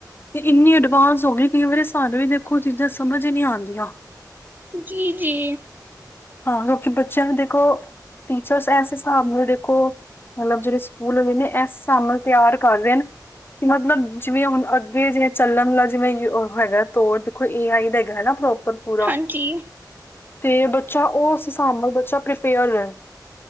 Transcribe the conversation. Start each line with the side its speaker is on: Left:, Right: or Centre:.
Left: ਤੇ ਇੰਨੀ ਐਡਵਾਂਸ ਹੋਗੀ ਕਈ ਵਾਰੀ ਸਾਨੂੰ ਵੀ ਦੇਖੋ ਚੀਜ਼ਾਂ ਸਮਜ ਈ ਨੀ ਆਂਦੀਆ।
Right: ਜੀ ਜੀ।
Left: ਹਾਂ ਕਿਉਂਕਿ ਬੱਚੇਆਂ ਨੂੰ ਦੇਖੋ ਟੀਚਰਸ ਏਸ ਹਿਸਾਬ ਨਾਲ ਦੇਖੋ। ਮਲਬ ਜਿਹੜੇ ਸਕੂਲ ਆਲੇ ਨੇ ਏਸ ਸਾਬ ਨਾਲ ਤਿਆਰ ਕਰ ਰੇਨ। ਮਤਲਬ ਜਿਵੇਂ ਹੁਨ ਅੱਗੇ ਜਿਵੇਂ <unintelligible> ਚੱਲਣਾ ਜਿਵੇਂ ਉਹ ਹੈਗਾ ਤੋੜ ਕੋਈ ਏ ਆਈ ਦਾ ਹੈਗਾ ਨਾ ਪ੍ਰੋਪਰ। ਪੂਰਾ
Right: ਹਾਂਜੀ।
Left: ਤੇ ਬੱਚਾ ੳਸ ਸਾਬ ਨਾਲ ਬੱਚਾ ਪ੍ਰੀਪੇਅਰ ਰਹਿ